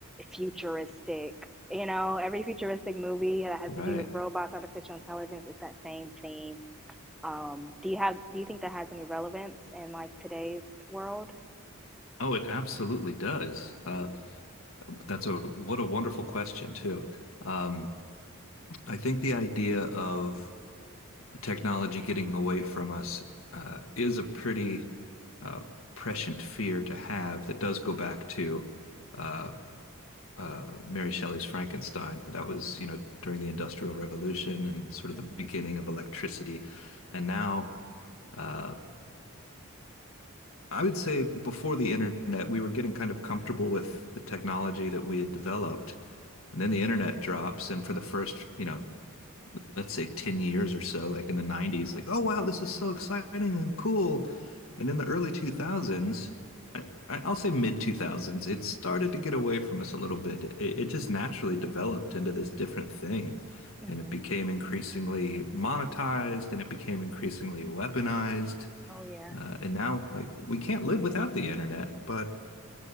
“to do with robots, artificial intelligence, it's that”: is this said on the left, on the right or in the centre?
Centre